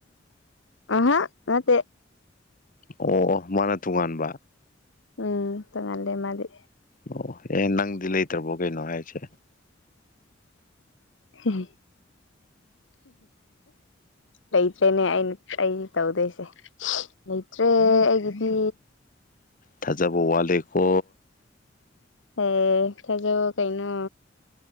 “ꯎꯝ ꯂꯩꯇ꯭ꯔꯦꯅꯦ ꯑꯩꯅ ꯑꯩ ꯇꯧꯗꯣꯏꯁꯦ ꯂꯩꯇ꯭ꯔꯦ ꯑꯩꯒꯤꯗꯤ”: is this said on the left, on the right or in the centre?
Left